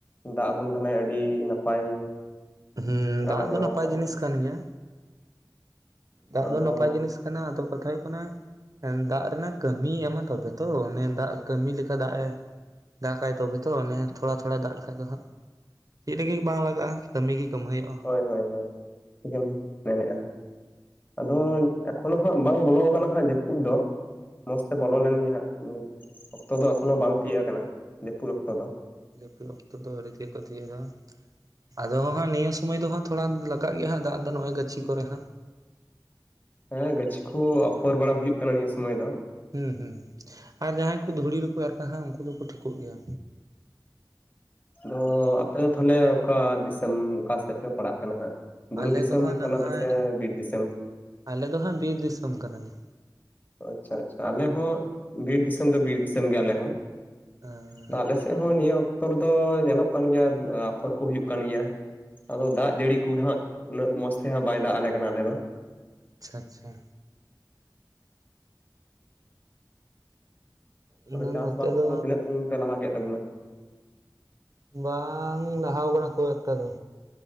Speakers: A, on the left; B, on the right.
A: ᱫᱟᱜ ᱟᱵᱚᱱ ᱠᱟᱱᱟᱭ ᱟᱹᱰᱤ ᱱᱟᱯᱟᱭ᱾
B: ᱦᱮᱸ
A: ᱜᱟᱱᱟ
B: ᱫᱟᱜ ᱫᱚ
A: ᱱᱚᱣᱟ
B: ᱱᱟᱯᱟᱭ
A: ᱦᱚᱸ
B: ᱡᱤᱱᱤᱥ ᱠᱟᱱ ᱜᱮᱭᱟ᱾ ᱫᱟᱜ
A: ᱟᱫᱚ
B: ᱫᱚ ᱱᱟᱯᱟᱭ ᱡᱤᱱᱤᱥ ᱠᱟᱱᱟ ᱟᱫᱚ ᱠᱟᱛᱷᱟ ᱦᱩᱭᱩᱜ ᱠᱟᱱᱟ᱾ ᱫᱟᱜ ᱨᱮᱱᱟᱜ ᱠᱟᱹᱢᱤᱭ ᱮᱢᱟ ᱛᱚᱵᱮ ᱛᱚ ᱚᱱᱮ ᱫᱟᱜ ᱠᱟᱹᱢᱤ ᱞᱮᱠᱟ ᱫᱟᱜ ᱮ ᱫᱟᱜᱟᱭ ᱛᱚᱵᱮ ᱛᱚ ᱚᱱᱮ ᱛᱷᱚᱲᱟ ᱛᱷᱚᱲᱟᱭ ᱫᱟᱜ ᱞᱮᱠᱷᱟᱡ ᱫᱚ ᱦᱟᱸᱜ᱾ ᱪᱮᱫ ᱞᱤᱹᱜᱤᱫ ᱵᱟᱝ ᱞᱟᱜᱟᱜᱼᱟ ᱠᱟᱹᱢᱤ ᱜᱮ ᱠᱟᱹᱢᱟᱹᱦᱟᱹᱭᱚᱜᱼᱟ᱾
A: ᱦᱳᱭ ᱦᱳᱭ ᱦᱳᱭ ᱴᱷᱤᱠᱮᱢ ᱢᱮᱱᱮᱜᱼᱟ᱾ ᱟᱫᱚ ᱮᱠᱷᱚᱱ ᱦᱚᱸ ᱦᱟᱸᱜ ᱵᱟᱝ ᱵᱚᱞᱚ ᱟᱠᱟᱱᱟ ᱦᱟᱸᱜ ᱡᱟᱹᱯᱩᱫ ᱫᱚ᱾ ᱢᱚᱸᱡᱽ ᱛᱮ ᱵᱚᱞᱚ ᱞᱮᱱ ᱜᱮ ᱦᱟᱸᱜ ᱚᱠᱛᱚ ᱫᱚ ᱮᱠᱷᱚᱱᱚ ᱵᱟᱝ ᱛᱤᱭᱟᱹᱜ ᱟᱠᱟᱱᱟ ᱡᱟᱹᱯᱩᱫ ᱚᱠᱛᱚ ᱫᱚ᱾
B: ᱡᱟᱯᱩᱫ ᱚᱠᱛᱚ ᱫᱚ ᱟᱹᱣᱨᱤ ᱛᱤᱭᱚᱜᱚᱜ-ᱟ ᱛᱤᱭᱚᱜ ᱫᱚ᱾ ᱟᱫᱚ ᱵᱟᱠᱷᱟᱱ ᱱᱤᱭᱟᱹ ᱥᱚᱢᱚᱭ ᱫᱚ ᱦᱟᱸᱜ ᱛᱷᱚᱲᱟ ᱞᱟᱜᱟᱜ ᱜᱮᱭᱟ ᱦᱟᱸᱜ ᱫᱟᱜ ᱫᱚ ᱱᱚᱜᱼᱚᱭ ᱜᱪᱷᱤ ᱠᱚᱨᱮ ᱦᱟᱸᱜ᱾
A: ᱦᱮᱸ ᱜᱟᱪᱷᱤ ᱠᱩ ᱟᱯᱷᱚᱨ ᱵᱟᱲᱟ ᱦᱩᱭᱩᱜ ᱠᱟᱱᱟ ᱱᱤᱭᱟᱹ ᱥᱩᱢᱚᱭ ᱫᱚ᱾
B: ᱦᱩᱸ ᱦᱩᱸ ᱟᱨ ᱡᱟᱦᱟᱸᱭ ᱠᱚ ᱫᱷᱩᱲᱤ ᱨᱮᱠᱚ ᱮᱨ ᱠᱟᱜ-ᱟ ᱩᱱᱠᱩ ᱫᱚᱠᱚ ᱴᱷᱤᱠᱚᱜ ᱜᱮᱭᱟ᱾
A: ᱟᱫᱚ ᱟᱯᱮ ᱫᱚ ᱛᱟᱦᱚᱞᱮ ᱚᱠᱟ ᱫᱤᱥᱚᱢ ᱚᱠᱟ ᱥᱮᱫ ᱯᱮ ᱯᱟᱲᱟᱜ ᱠᱟᱱᱟ ᱦᱟᱸᱜ? ᱵᱩᱨᱩ
B: ᱟᱞᱮ
A: ᱫᱤᱥᱚᱢ
B: ᱫᱚ ᱦᱟᱸᱜ
A: ᱠᱟᱱᱟ
B: ᱱᱟᱜᱼᱦᱟᱭ
A: ᱯᱮᱥᱮ ᱵᱤᱨ ᱫᱤᱥᱚᱢ?
B: ᱟᱞᱮ ᱫᱚ ᱦᱟᱸᱜ ᱵᱤᱨ ᱫᱤᱥᱚᱢ ᱠᱟᱱᱟᱞᱮ᱾
A: ᱟᱪᱪᱷᱟ ᱟᱪᱪᱷᱟ ᱟᱞᱮ ᱦᱚᱸ ᱵᱤᱨ ᱫᱤᱥᱚᱢ ᱫᱚ ᱵᱤᱨ ᱫᱤᱥᱚᱢ ᱜᱮ ᱟᱞᱮ ᱦᱚᱸ
B: ᱟᱪᱪᱷᱟ
A: ᱛᱚ ᱟᱞᱮ ᱥᱮᱜ ᱦᱚᱸ ᱱᱤᱭᱟᱹ ᱚᱠᱛᱚ ᱨᱮᱫᱚ ᱧᱮᱞᱚᱜ ᱠᱟᱱ ᱜᱮᱭᱟ ᱟᱯᱷᱚᱨ ᱠᱚ ᱦᱩᱭᱩᱜ ᱠᱟᱱ ᱜᱮᱭᱟ᱾ ᱟᱫᱚ ᱫᱟᱜ ᱡᱟᱹᱲᱤ ᱠᱚᱜᱮ ᱦᱟᱸᱜ ᱩᱱᱟᱹᱜ ᱢᱚᱸᱡᱽ ᱛᱮ ᱦᱟᱸᱜ ᱵᱟᱭ ᱫᱟᱜ ᱟᱞᱮ ᱠᱟᱱᱟ ᱟᱞᱮ ᱫᱚ᱾
B: ᱟᱪᱪᱷᱟ ᱟᱪᱪᱷᱟ᱾ ᱱᱚᱛᱮ
A: ᱟᱫᱚ ᱪᱟᱥ ᱵᱟᱥ
B: ᱫᱚ
A: ᱠᱚᱫᱚ ᱛᱤᱱᱟᱹᱜ ᱥᱟᱺᱜᱤ ᱯᱮ ᱞᱟᱦᱟ ᱠᱮᱫ ᱛᱟᱵᱚᱱᱟ?
B: ᱵᱟᱝ ᱞᱟᱦᱟᱣ ᱟᱠᱟᱱᱟ ᱠᱷᱩᱵ ᱮᱠᱴᱟ ᱫᱚ